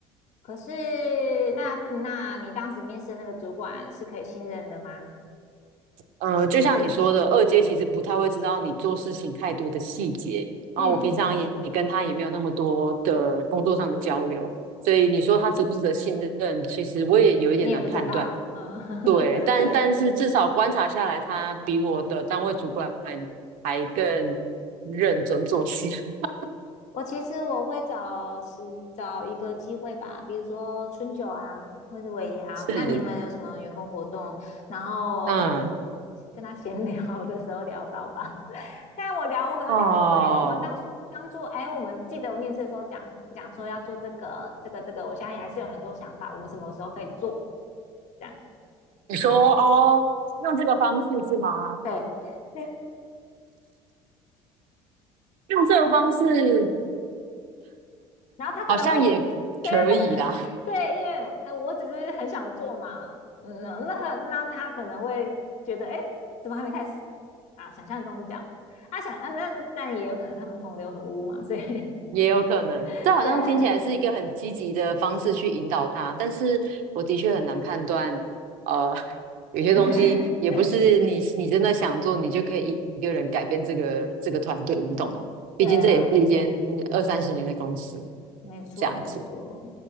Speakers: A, on the left (about 45°); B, on the right (about 55°).
A: 可是，那那你当时面试的那个主管是可以信任的吗？
B: 呃，就像你说的，二阶其实不太会知道你做事情太多的细节，然后我平常也也跟他也没有那么多的工作上的交流，
A: 嗯。
B: 所以你说他值不值得信任，其实我也有一点难判断。
A: 你也不知道，嗯，<laughs>
B: 对，但但是至少观察下来，他比我的单位主管还更认真做事。<laughs>
A: 我其实我会找时找一个机会吧，比如说春酒啊，或者尾牙，
B: 是，
A: 看你们有什么员工活动，然后
B: 嗯，
A: 跟他闲 <laughs> 聊的时候聊到吧。<laughs> 但我聊，我可能聊说，
B: 哦，
A: 哎，我们当初当初，哎，我们记得我面试的时候讲讲说要做这个这个这个，我现在还是有很多想法，我们什么时候可以做？这样，
B: 你说哦，用这个方式是吗？
A: 对，<laughs>
B: 用这个方式
A: 然后他可能会，
B: 好像也可以啦。
A: 对啊，他 <laughs> 对，因为我哎，我只是很想做嘛，嗯，那那那他可能会觉得，哎，怎么还没开始啊？想象中是这样嘛？啊，想啊，那但也有可能他们同流合污嘛，所以
B: 也有可能，
A: <laughs>
B: 这好像听起来是一个很积极的方式去引导他，
A: 对啊，
B: 但是我的确很难判断，呃，<laughs> 有些东西也不是你你真的想做，
A: <laughs>
B: 你就可以一个人改变这个这个团队，你懂吗？
A: 对啊，
B: 毕竟这也是一间二三十年的公司，
A: 没错没错，
B: 这样子。